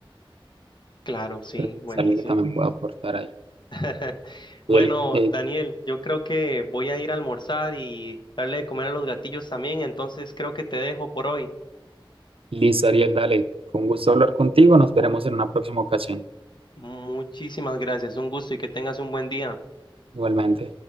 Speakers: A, on the left; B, on the right.
A: Claro, sí,
B: Pero
A: buenísimo.
B: es algo que también puedo aportar ahí.
A: <laughs> Bueno,
B: Ariel, eh,
A: Daniel, yo creo que voy a ir a almorzar y darle de comer a los gatillos también, entonces creo que te dejo por hoy.
B: listo, Ariel, dale. Con gusto hablar contigo. Nos veremos en una próxima ocasión.
A: Muchísimas gracias, un gusto y que tengas un buen día.
B: Igualmente.